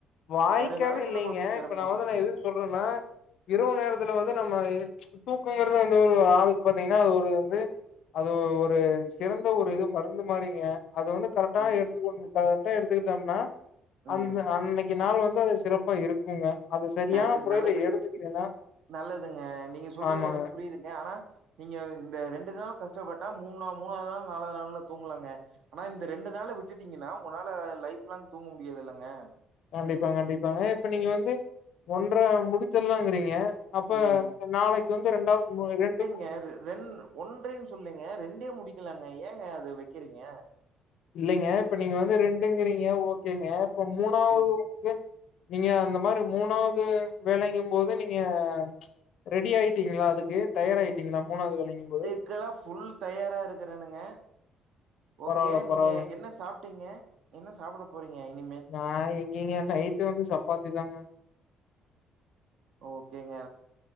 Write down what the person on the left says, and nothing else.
வாய்க்காக
இல்லைங்க
இப்ப நா வந்து எதுக்கு சொல்றன்னா இரவு நேரத்துல வந்து நம்ம ச் தூக்கங்கிறது வந்து ஒரு ஆளுக்கு பாத்தீங்கன்னா அது ஒரு வந்து அது ஒரு சிறந்த ஒரு இது மருந்து மாறிங்க அது வந்து கரெக்டா
எடுத்துக்கோ கரெட்டா எடுத்துக்கிட்டோம்னா
அந்த அன்னைக் கி நாள் வந்து அது சிறப்பா இருக்குங்க அது சரியான
முறையில
எடுத்துக்கிட்டீன்னா
ஆமாங்க
கண்டிப்பா கண்டிப்பாங்க இப்ப நீங்க வந்து ஒன்ற முடிச்சுற்லாங்கிறீங்க அப்ப
நாளைக்கு வந்து ரெண்டாவது ரெண்டு
இல்லைங்க இப்ப நீங்க வந்து ரெண்டுங்கிறீங்க ஓகேங்க இப்ப மூணாவது
<unintelligible> நீங்க அந்த மாரி மூணாவது வேலைங்க போது நீங்க ச் ரெடி ஆயிட்டீங்களா அதுக்கு தயாராயிட்டீங்களா மூணாவது வேலைங்கு போது
பரவால்ல
பரவால்லங்க
ஆ எங்கேங்க நைட்டு வந்து சப்பாத்தி தாங்க